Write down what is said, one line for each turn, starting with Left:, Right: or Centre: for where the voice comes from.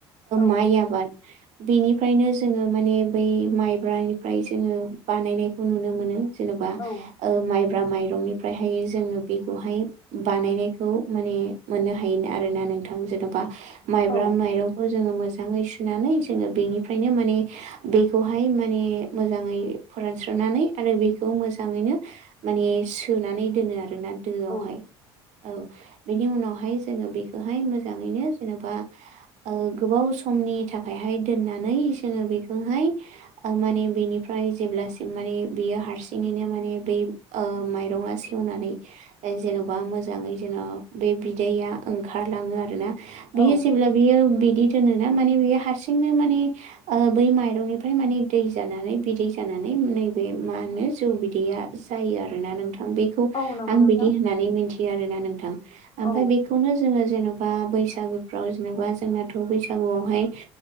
Left: औ
Right: माइ आबाद बेनिफ्रायनो जोङो माने बै माइब्रानिफ्राय जोङो बानायनायखौ नुनो मोनो जेनेबा
Left: औ
Right: माइब्रा माइरंनिफ्रायहाय जोङो बेखौहाय बानायनायखौ माने मोननो हायो आरोना नोंथां जेन'बा माइब्रा
Left: औ
Right: माइरं खौ जोङो मोजाङै सुनानै जोङो बेनिफ्रायनो माने बेखौहाय माने मोजाङै फोरानस्रनानै आरो बेखौ मोजाङैनो माने सोनानै दोनो आरोना दोआवहाय
Left: औ
Right: औ बेनि उनावहाय जोङो बेखौहाय मोजाङैनो जेनेबा गोबाव समनि थाखायहाय दोननानै जोङो बेखौहाय माने बेनिफ्राय जेब्लासिम माने बियो हारसिङैनो माने बे माइरङा सेवनानै जेन'बा मोजाङै जेन' बे बिदैया ओंखारलाङो आरो ना
Left: औ
Right: बियो जेब्ला बियो बिदि दोनोना माने बियो हारसिंनो माने बै माइरंनिफ्राय माने दै जानानै बिदै जानानै नैबे मा होनो जौ बिदैया जायो आरोना नोंथां बे आं
Left: औ नंगौ नोंथां
Right: बिदि होननानै मिथियो आरोना नोंथां
Left: औ
Right: ओमफ्राय बे बेखौनो जोङो जेनेबा बैसागुफ्राव जेनेबा जोंनाथ' बैसागुआवहाय